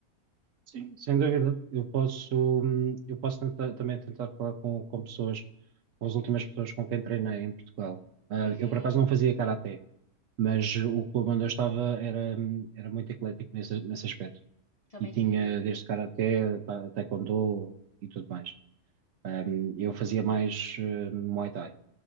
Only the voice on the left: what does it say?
Uhum,
também
tinham.